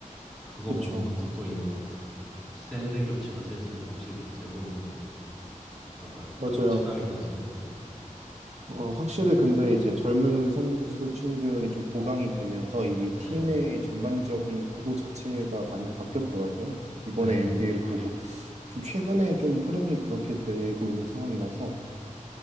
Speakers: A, in the centre; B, on the right.
A: 그거
B: 그쵸.
A: 보는 맛도 또 있는 것 같아요. 이게 세대 교체가 슬슬 확실히 좀 되고 있는 거가 그러니까
B: 맞아요.
A: 체감이 돼서 네.
B: 어, 확실히 근데 이제 젊은 선수층들이 좀 보강이 되면서 이게
A: 네.
B: 팀의 전반적인 구도 자체가 많이 바뀌었더라고요. 이번에
A: 네.
B: NBA를 보고 좀 최근에 좀 흐름이 그렇게 되고 있는 상황이라서